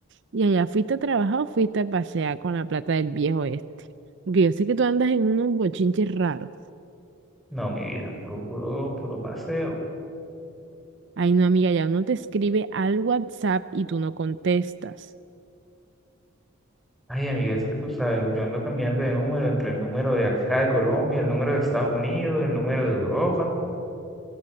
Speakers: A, on the right; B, in the centre.
A: y allá fuiste a trabajar o fuiste a pasear con la plata del viejo este. Porque yo sé que tú andas en unos bochinches raros.
B: No, mi vida, puro, puro, puro paseo.
A: Ay, no, amiga, ya uno te escribe al WhatsApp y tú no contestas.
B: Ay, amiga, es que tú sabes, yo ando cambiando de número entre el número de acá de Colombia, el número de Estados Unidos, el número de Europa.